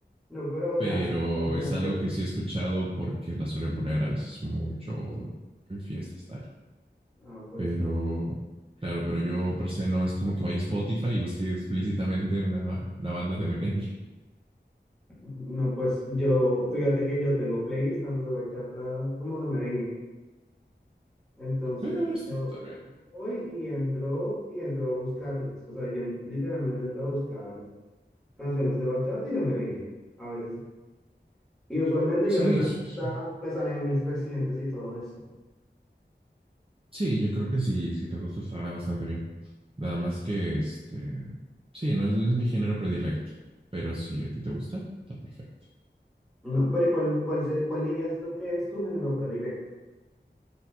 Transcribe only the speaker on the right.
pero
es algo
que sí he escuchado porque la suelen poner a veces mucho en fiestas, tal.
Pero, claro, pero yo per se no es como que vaya a Spotify y busque explícitamente una, ba- una banda de merengue.
Ok, bueno, está,
está bien.
Sí,
sí,
sí.
Sí, yo creo que sí, si te gusta estará bastante bien. Nada más que este, sí, no es, no es mi género predilecto, pero si a ti te gusta, está perfecto.